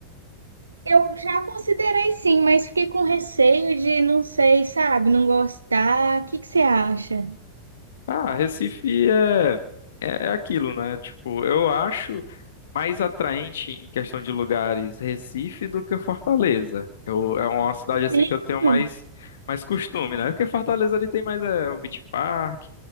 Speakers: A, on the right; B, on the left.
A: Eu já considerei sim, mas fiquei com receio de, não sei, sabe, não gostar. O que que você acha?
B: Ah, Recife é, é, é aquilo, né? Tipo, eu acho mais atraente em questão de lugares Recife do que Fortaleza. Eu, é uma cidade assim
A: Mesmo?
B: que eu tenho mais, mais costume, né? Porque Fortaleza ali tem mais é, o Beach Park,